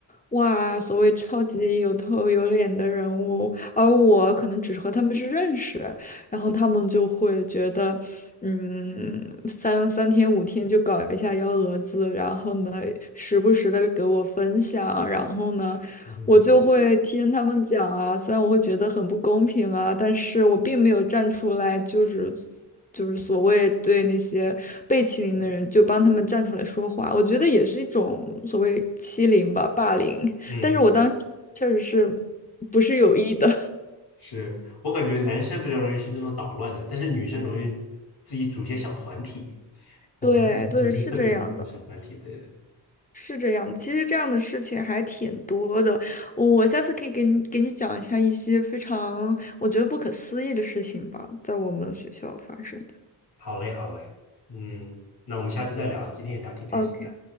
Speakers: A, on the left; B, on the left.
A: 哇，所谓超级有头有脸的人物，而我可能只是和他们是认识，然后他们就会觉得，嗯，三三天五天就搞一下幺蛾子，然后呢，时不时的给我分享，然后呢。
B: 嗯
A: 我就会听他们讲啊，虽然我会觉得很不公平啊，但是我并没有站出来，就是就是所谓对那些被欺凌的人，就帮他们站出来说话，我觉得也是一种所谓欺凌吧，霸凌。
B: 嗯，
A: 但是我当时确实是
B: 嗯，
A: 不是有意的，
B: 是我感觉男生比较容易是那种捣乱的，但是女生容易自己组一些小团体。
A: <laughs>
B: 我发现女生特别容易组小团体的。
A: 对对，是这样的，是这样的。其实这样的事情还挺多的，我下次可以给你给你讲一下一些非常我觉得不可思议的事情吧，在我们学校发生的。
B: 好嘞，好嘞，嗯，那我们下次再聊，今天也聊挺开心的。
A: OK。